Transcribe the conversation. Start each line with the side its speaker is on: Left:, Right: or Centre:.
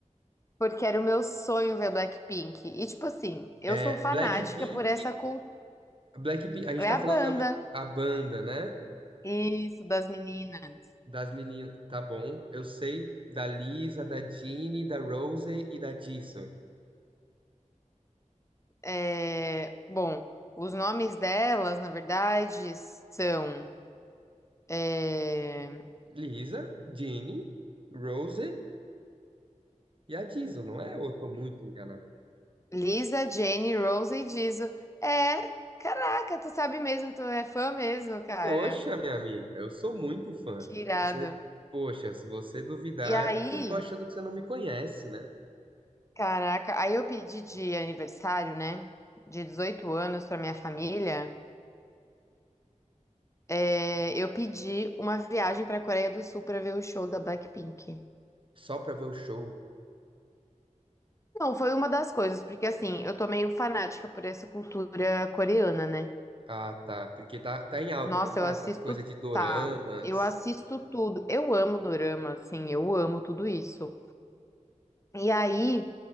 Left: Porque era o meu sonho ver Blackpink. E tipo assim, eu
Right: É,
Left: sou fanática
Right: Blackpink.
Left: por essa cultura.
Right: Blackpink, a gente
Left: É
Right: tá falando
Left: a banda.
Right: da me- a banda, né?
Left: Isso, das meninas.
Right: Das meninas, tá bom. Eu sei da Lisa, da Jeanne, da Rose e da Jisoo.
Left: É, bom, os nomes delas, na verdade, são é,
Right: Lisa, Jeanne, Rose e a Jisoo, não é? Ou eu tô muito enganado?
Left: Lisa, Jenny, Rose e Jisoo. É, caraca, tu sabe mesmo, tu é fã mesmo, cara.
Right: Poxa, minha amiga, eu sou muito fã.
Left: Que irado.
Right: Você, poxa, se você duvidar
Left: E aí,
Right: é porque eu tô achando que você não me conhece, né?
Left: caraca, aí eu pedi de aniversário, né? De 18 anos pra minha família, é, eu pedi uma viagem pra Coreia do Sul pra ver o show da Blackpink.
Right: Só pra ver o show.
Left: Não, foi uma das coisas, porque assim, eu tô meio fanática por essa cultura coreana, né?
Right: Ah, tá. Porque tá, tá em alta,
Left: Nossa,
Right: não tá?
Left: eu assisto,
Right: Essa coisa de doramas.
Left: tá, eu assisto tudo. Eu amo dorama, assim, eu amo tudo isso. E aí,